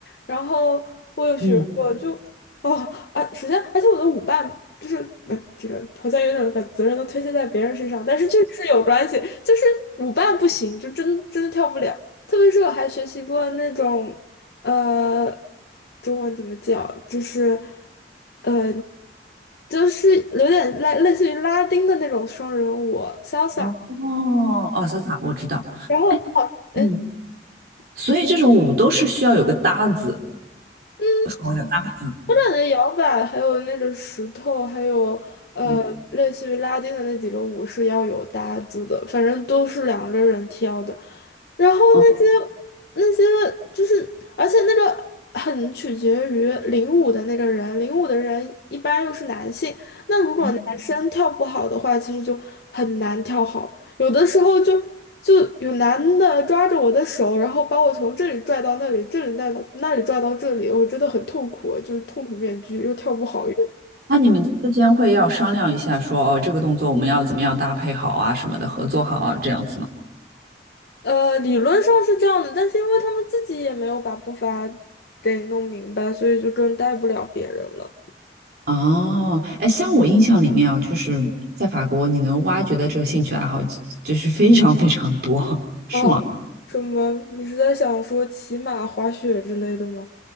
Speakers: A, on the left; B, on the right.
A: 然后我有学过就，
B: 嗯。
A: 哦啊，首先而且我的舞伴就是呃，这个好像有点把责任都推卸在别人身上，但是确实是有关系。就是舞伴不行，就真真的跳不了。特别是我还学习过那种，呃，中文怎么讲，就是，呃，就是有点类类似于拉丁的那种双人舞，salsa。
B: 哦哦，哦，潇洒，我知道。
A: 然后哦，哎，
B: 嗯，所以这种舞都是需要有个搭子，
A: 嗯，
B: 所谓的搭子。
A: 我感觉摇摆还有那个石头，还有呃，
B: 嗯
A: 类似于拉丁的那几个舞是要有搭子的，反正都是两个人跳的。然后那些那些
B: 哦，
A: 就是，而且那个很取决于领舞的那个人，领舞的人一般又是男性，那如果男生跳不好的话，
B: 嗯
A: 其实就很难跳好。有的时候就就有男的抓着我的手，然后把我从这里拽到那里，这里带里那里拽到这里，我真的很痛苦，就是痛苦面具，又跳不好又，
B: 那你们之间会要商量一下说，哦，这个动作我们要怎么样搭配好啊，什么的，合作好啊，这样子吗？
A: 呃，理论上是这样的，但是因为他们自己也没有把步伐给弄明白，所以就更带不了别人了。
B: 哦，哎，像我印象里面啊，就是在法国，你能挖掘的这个兴趣爱好就是非常非常多，<laughs> 是吗？
A: 哦，什么？你是在想说骑马、滑雪之类的吗？